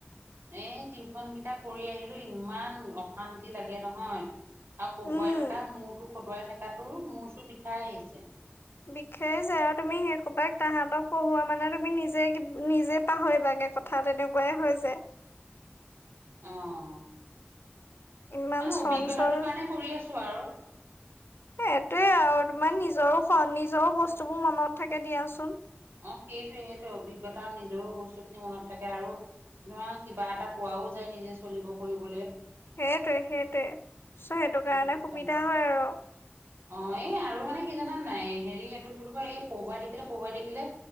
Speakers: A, on the right; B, on the left.
A: এ টিউচন কেইটা কৰি আহিলো, ইমান অশান্তি লাগে নহয়। আৰু পঢ়ুৱাই
B: উম
A: থকা, মূৰটো খটোৱাই থকাটোও, মোৰ চোৰ বিষাই আহিছে।
B: বিখাই যায় আৰু তুমি সেইসোপাক তাহাঁতক পঢ়ুৱা মানে তুমি নিজে কিবা, পাহৰি বাগে কথা তেনেকুৱাই হৈ যায়।
A: অ'
B: ইমান
A: মানে অভিজ্ঞতাটোৰ
B: চঞ্চল
A: কাৰণে কৰি আছো আৰু।
B: এইটোৱে আৰু তোমাৰ নিজৰো নিজৰো বস্তুবোৰ মনত থাকে দিয়াচোন।
A: অ' সেইটোয়ে সেইটো অভিজ্ঞতা নিজৰ বস্তুখিনি মনত থাকে আৰু ধৰা কিবা এটা পোৱাও যায় নিজে চলিব কৰিবলৈ।
B: সেইটোৱে সেইটোৱে চ'সেইটো
A: সেইটো
B: কাৰণে
A: কথা
B: সুবিধা
A: মানে
B: হয় আৰু
A: অ ' এই আৰু মানে কি জানা নাই হেৰি এইটো তো এই পহুৱাই থাকিলে পহুৱাই থাকিলে।